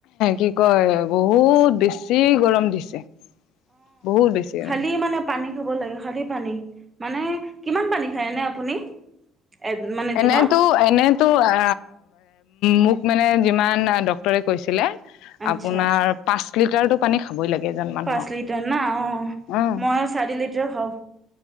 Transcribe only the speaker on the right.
খালী মানে পানী খাব লাগে খালী পানী মানে কিমান পানী খায় নে আপুনি এ মানে
দিনত
আচ্ছা
পাঁচ লিটাৰ না অ
মই চাৰি লিটাৰ খাওঁ।